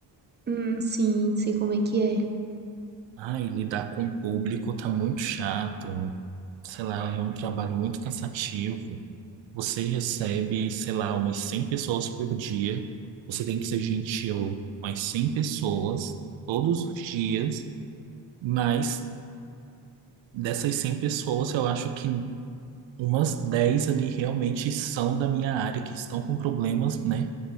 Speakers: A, on the right (about 25°); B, on the right (about 80°).
A: Hum, sim, sei como é que é.
B: Ai, lidar com o público tá muito chato. Sei lá, é um trabalho muito cansativo. Você recebe, sei lá, umas 100 pessoas por dia. Você tem que ser gentil com as 100 pessoas todos os dias, mas dessas 100 pessoas, eu acho que umas 10 ali realmente são da minha área, que estão com problemas, né,